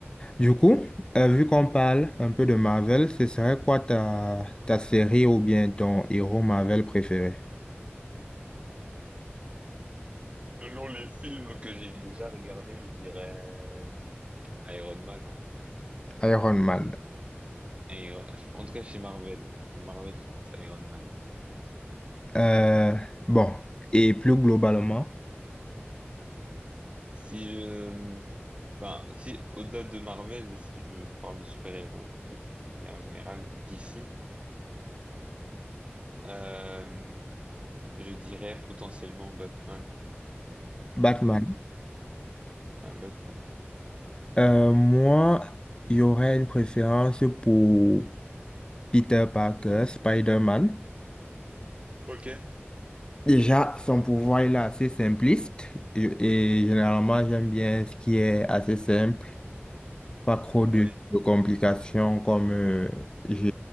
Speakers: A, on the left (about 20°); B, on the right (about 25°).
A: Du coup, euh, vu qu'on parle un peu de Marvel, ce serait quoi ta, ta série ou bien ton héros Marvel préféré?
B: Selon les films que j'ai déjà regardés, je dirais euh, Iron Man, hein.
A: Iron Man.
B: Iron- En tout cas, chez Marvel, chez Marvel, je pense Iron Man, ouais.
A: Euh, bon, et plus globalement,
B: Si je, enfin, si au-delà de Marvel, si je parle de super-héros tout- de manière générale, d'ici, euh, je dirais potentiellement Batman.
A: Batman.
B: Batman. Ouais, Batman.
A: Euh, moi, il y aurait une préférence pour Peter Parker, Spider-Man.
B: Ok.
A: Déjà, son pouvoir il est assez simpliste et, et généralement, j'aime bien ce qui est assez simple. Pas trop de,
B: Oui,
A: de complications comme euh, je,